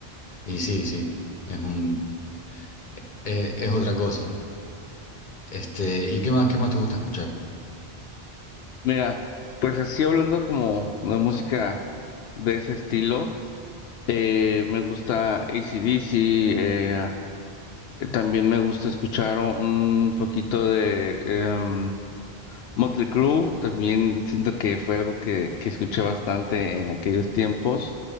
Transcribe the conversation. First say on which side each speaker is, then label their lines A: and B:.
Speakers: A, on the left; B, on the left.
A: Y sí, sí, es un, eh, es otra cosa. Este, ¿y qué más, qué más te gusta escuchar?
B: Mira, pues así hablando como de música de ese estilo, eh, me gusta AC/DC, eh, también me gusta escuchar un un poquito de... em, Motley Crue también siento que fue algo que, que escuché bastante en aquellos tiempos.